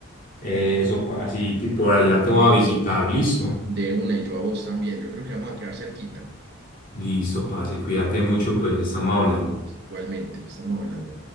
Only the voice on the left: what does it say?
Eso, parce, y te- por allá te voy a visitar, listo.
Listo, parce, cuídate mucho, pues estamos hablando.